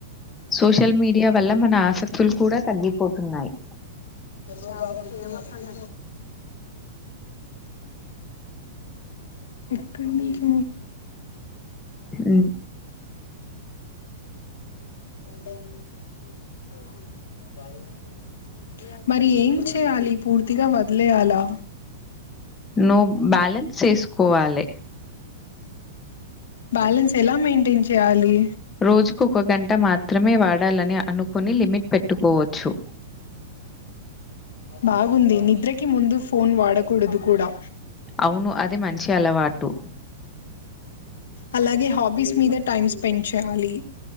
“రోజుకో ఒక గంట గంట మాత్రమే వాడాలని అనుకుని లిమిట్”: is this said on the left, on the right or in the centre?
Left